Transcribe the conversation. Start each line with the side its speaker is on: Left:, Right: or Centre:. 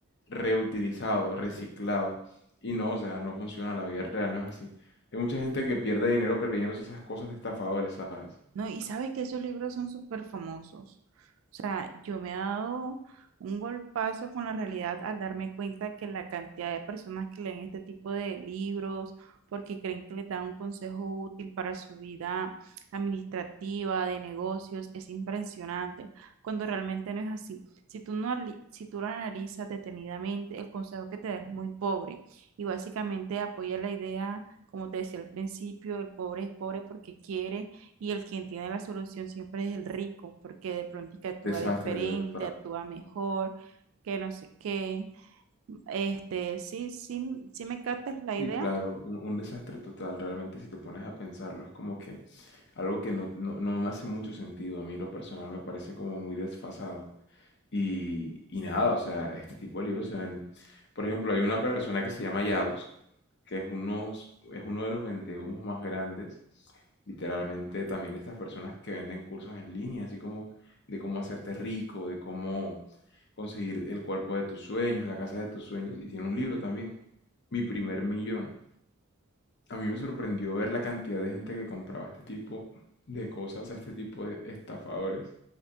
Left: reutilizado, reciclado. Y no, o sea, no funciona, la vida real no es así. Hay mucha gente que pierde dinero creyéndose esas cosas de estafadores, ¿sabes?
Right: No, y sabes que esos libros son súper famosos. O sea, yo me he dado un golpazo con la realidad al darme cuenta que la cantidad de personas que leen este tipo de libros porque creen que les da un consejo útil para su vida administrativa, de negocios, es impresionante, cuando realmente no es así. Si tú no, ali- si tú lo analizas detenidamente, el consejo que te da es muy pobre y básicamente apoya la idea, como te decía al principio, el pobre es pobre porque quiere y el quien tiene la solución siempre es el rico, porque de pronto que actúa
Left: Desastre
Right: diferente,
Left: total.
Right: actúa mejor, que no sé qué. Este, sí, sí, sí me captas la
Left: Sí,
Right: idea.
Left: claro, un, un desastre total, realmente si te pones a pensarlo, es como que algo que no, no, no me hace mucho sentido, a mí en lo personal me parece como muy desfasado. Y, y nada, o sea, este tipo de libros se venden. Por ejemplo, hay una persona que se llama Yados, que es, unos, es uno de los vendehumos más grandes, literalmente también de estas personas que venden cursos en línea, así como de cómo hacerte rico, de cómo conseguir el cuerpo de tus sueños, la casa de tus sueños, y tiene un libro también, Mi primer millón. A mí me sorprendió ver la cantidad de gente que compraba este tipo de cosas, a este tipo de estafadores.